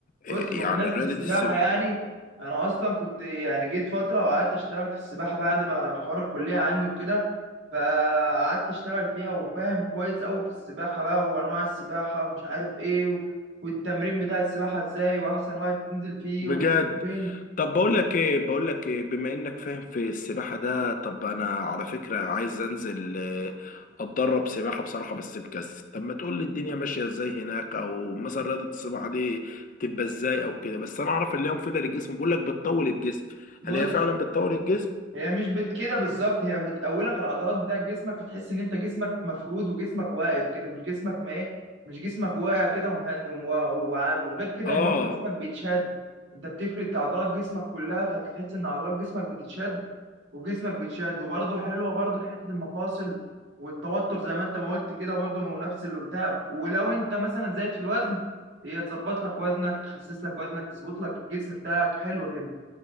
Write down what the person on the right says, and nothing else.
بص
بمناسبة
السباحة
يعني أنا أصلا كنت يعني جيت فترة وقعدت أشتغل في السباحة بعد ما حوار الكلية عندي وكده فقعدت أشتغل فيها وفاهم كويس أوي في السباحة بقى وأنواع السباحة ومش عارف إيه و... والتمرين بتاع السباحة إزاي وأحسن وقت تنزل فيه
وتنزل فين
بص
هي مش بت كده بالظبط هي بتقولك العضلات بتاعت جسمك فتحس ان انت جسمك مفرود وجسمك واقف كده مش جسمك ما ايه مش جسمك واقع كده ومهند وم- وعامل وغير كده
ان انت جسمك بيتشد انت بتفرد عضلات جسمك كلها فتحس ان عضلات جسمك بتتشد وجسمك بيتشد وبرضه حلوه برضه حته المفاصل والتوتر زي ما انت ما قلت كده برضه هو نفس اللي بتاع ولو انت مثلا زايد في الوزن هي تظبط لك وزنك تخسس لك وزنك تظبط لك الجسم بتاعك حلوه كده